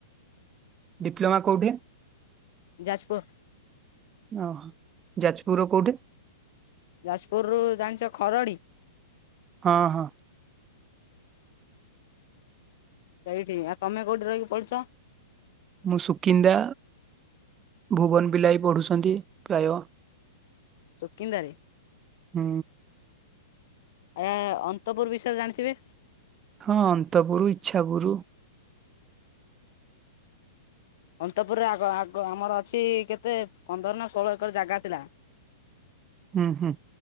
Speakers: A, on the right; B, on the left.
A: ଡିପ୍ଲମା କେଉଁଠି?
B: ଯାଜପୁର।
A: ଓହୋ ଯାଜପୁରର କୋଉଠି?
B: ଯାଜପୁରରୁୁ ଜାଣିଛ ଖରଡ଼ି?
A: ହଁ ହଁ।
B: ସେଇଠି ଆଉ ତମେ କୋଉଠି ରହିିକି ପଢୁଛ?
A: ମୁଁ ସୁକିନ୍ଦା ଭୁବନ ବିଲାଇ ପଢୁଛନ୍ତି ପ୍ରାୟ
B: ସୁକିନ୍ଦାରେ?
A: ହୁଁ।
B: ଆଜ୍ଞା ଅନ୍ତପୁର ବିଷୟରେ ଜାଣିଥିବେ?
A: ହଁ ଅନ୍ତପୁରୁ, ଇଚ୍ଛାପୁରୁ।
B: ଅନ୍ତପୁରେ ଆଗ- ଆଗ ଆମର ଅଛି କେତେ ପନ୍ଦର ନା ଷୋହଳ ଏକର ଜାଗା ଥିଲା।
A: ହୁଁ ହୁଁ।